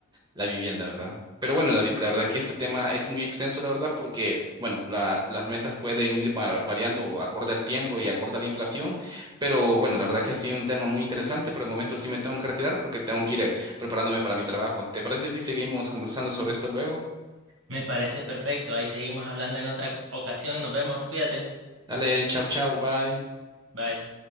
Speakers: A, on the right (about 20°); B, on the right (about 65°).
A: la vivienda, ¿verdad? Pero bueno, David, la verdad que este tema es muy extenso, la verdad, porque, bueno, las, las metas pueden ir va- variando acorde al tiempo y acorde a la inflación, pero bueno, la verdad que ha sido un tema muy interesante, Por el momento sí me tengo que retirar porque tengo que ir eh, preparándome para mi trabajo. ¿Te parece si seguimos conversando sobre esto luego?
B: Me parece perfecto. Ahí seguimos hablando en otra ocasión. Nos vemos. Cuídate.
A: Dale, chau, chau, bye.
B: Bye.